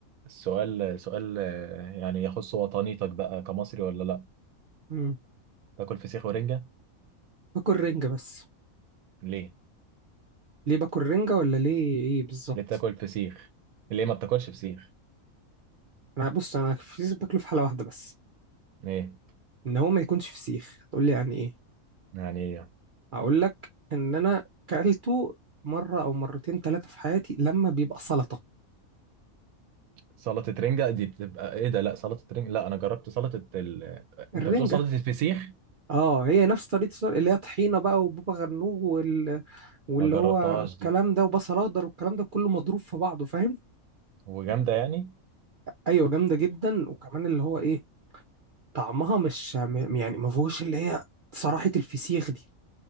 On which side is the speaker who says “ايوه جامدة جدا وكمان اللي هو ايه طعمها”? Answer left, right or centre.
Right